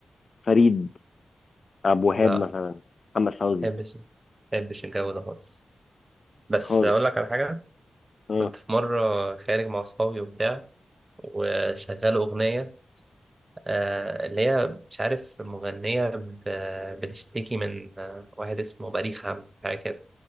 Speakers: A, on the left; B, on the right.
A: فريد ابو وهاب
B: لا
A: مثلا
B: ما
A: محمد فوزي
B: بحبش ما بحبش الجو ده خالص بس
A: خالص
B: أقول لك على حاجة
A: اه
B: كنت في مرة خارج مع أصحابي وبتاع وشغال أغنية آه اللي هي مش عارف مغنية ب- بتشتكي من آه واحد اسمه بليغ حمدي حاجة كده